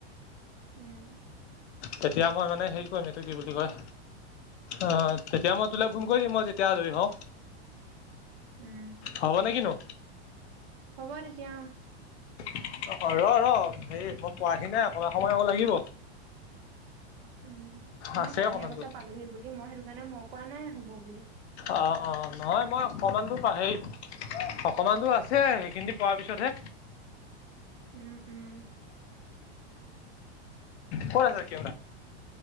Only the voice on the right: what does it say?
উম।
উম,
হ'ব তেতিয়া।
উম নহ
তইহে
কৈছ পালোহি বুলি, মই সেইটো কাৰণে মই কোৱা নাই হ'ব বুলি।
উম উম।